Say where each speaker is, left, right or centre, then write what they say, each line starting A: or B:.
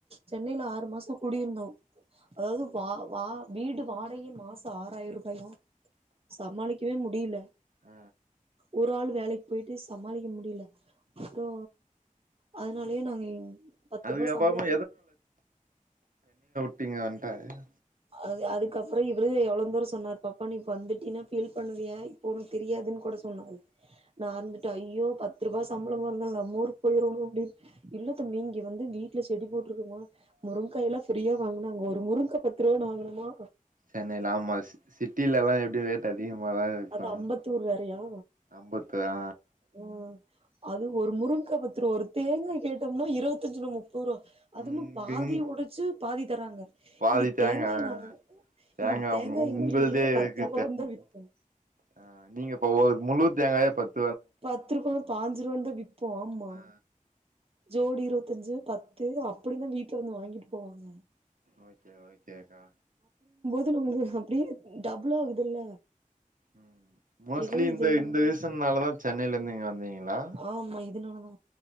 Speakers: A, on the right; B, on the right.
A: சென்னையில ஆறு மாச குடியிருந்தோம் அதாவது வா வா வீடு வாடகயே மாச ஆறாயிரூபாய சமாளிக்கவே முடியில
B: ஆ
A: ஒரு ஆள் வேலைக் போய்ட்டு சமாளிக்க முடியல அப்றோ அதனாலயே நாங்க இங் பத்து
B: அதுக்கப்புறமா
A: ரூபா சம்பள ஆணு
B: டு இங்கவன்ட்டாயா
A: அது அதுக்கப்பற இவரு எவ்வளோந்தோர ஸ் சொன்னார் பாப்பா நீ வந்துட்டீனா பீல் பண்ணுவிய இப்ப ஒனுக்கு தெரியாதுன்னு கூட சொன்னாரு நா வந்துட்டு ஐயோ பத்து ரூபா சம்பளமா இருந்தாலு நம்மஊருக்கு போயிரனு அப்டினுட இல்ல தம்பி இங்க வந்து வீட்ல செடி போட்டருக்குமா முருங்காயல்லா பிரீயா வங்கனாக ஒரு முருங்கா பத் திருவண வாங்கணோமா
B: சென்னைல ஆமா சி சிட் டில எல்லா எப்டி ரேட்டு அதிகமாதா இருக்கு
A: அது அம்பத்தூர் வேறையா
B: அம்பத்தா
A: ம் அது ஒரு முருங்கா பத்தூரூவா ஒரு தேங்கா கேட்டோம்னா இருபத்தஞ்சுல முப் பரோ அதுவு
B: இங்க
A: பாதி
B: இங்
A: ஒடைச்சு பாதி தராங்க
B: பாதி
A: இங்க
B: தேங்கா
A: தேங்காய் நாங்க
B: தேங்கா
A: இங்க
B: உங்களுதே
A: எங்க வீட்லயே
B: இருக்கு
A: <unintelligible>
B: ஹ நீங்க இப்ப முழு தேங்காயா பத்
A: பத்துருக்கோ பா. அஞ்சுரூவானு விப் போ ஆமா
B: ஆ
A: ஜோடி இருவத்தஞ்சு பத்து அப்படிதா வீட்டுலருந்து வாங்கிட்டு போவாங்க
B: ஓகே ஓகே ஓக்கேக்கா
A: து உங்களு அப்படியே டபுள் ஆகுதுல்ல
B: உம் மோஸ்ட்லி
A: ஏதோ
B: இந்த
A: இது
B: இந்த ரீசன்னாலதா சென்னையிலருந்துங்க இங்க வந்தீங்களா
A: ஆமா இதனாலதா